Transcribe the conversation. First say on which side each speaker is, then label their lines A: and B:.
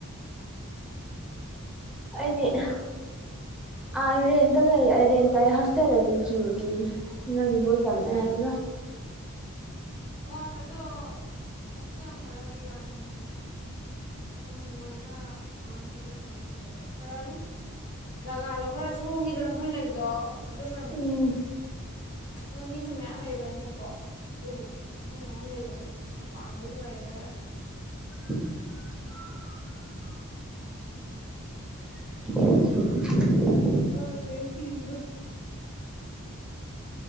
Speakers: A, in the centre; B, on the left.
A: ꯑꯩꯗꯤ ꯑꯍ
B: ꯀꯔꯤ
A: ꯑꯥ ꯔꯦꯟꯗ ꯂꯩ ꯑ ꯔꯦꯟꯇ ꯍꯣꯁꯇꯦꯜ ꯗꯗꯤ ꯀꯤꯕꯨ ꯀꯤ ꯅꯪ ꯕꯨꯠ ꯇꯝꯅꯩ
B: ꯀꯩ
A: ꯍꯥꯏꯕ꯭ꯔꯥ
B: ꯑꯁ ꯑꯗꯣ ꯍꯣꯁꯇꯦꯜ ꯈꯔꯒꯤ ꯋꯥꯔꯤꯅꯤꯗ ꯑꯗꯨꯝ ꯂꯣꯏꯅ ꯂꯣꯏꯅꯗꯤ ꯀꯩꯁꯨ ꯅꯠꯇꯦꯕ ꯈꯔ ꯑꯗꯨꯝ ꯖꯒꯥꯗꯣ ꯈꯔ ꯁꯣꯡꯉꯤꯗꯅ ꯑꯈꯣꯏ ꯂꯩꯗꯣ ꯑꯗꯨꯅꯅꯦ
A: ꯎꯝ
B: ꯑꯗꯣ ꯃꯤꯁꯨ ꯃꯌꯥꯝ ꯂꯩꯕꯅꯤꯅꯀꯣ ꯑꯗꯨꯕꯨꯗꯤ ꯃꯤ ꯃꯌꯥꯝ ꯂꯩꯕꯅꯦ ꯃꯄꯥꯟꯗꯖꯨ ꯂꯩꯔꯦ
A: <inaudible> <inaudible>
B: ꯑꯥ ꯀꯦꯝ ꯀꯤꯔꯨꯅꯨ